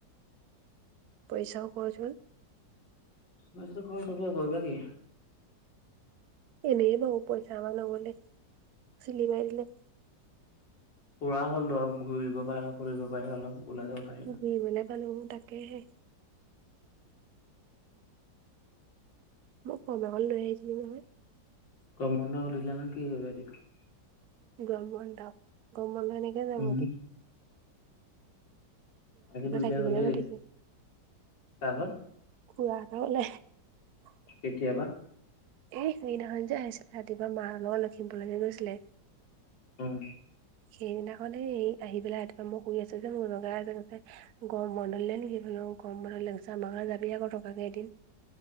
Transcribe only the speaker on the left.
মইছত খবৰ চব কৰিবা কি
খুৰা হ'ল ধ ঘূৰিব পাৰিলা ফ পায় অলপ ওলাই যও প ন
গৰমবন্ধ দিলা নে কি কৰিবা দিবি
উম আাকি দুইটাই
হলেই
কা ঘত
কেতিয়াবা
উম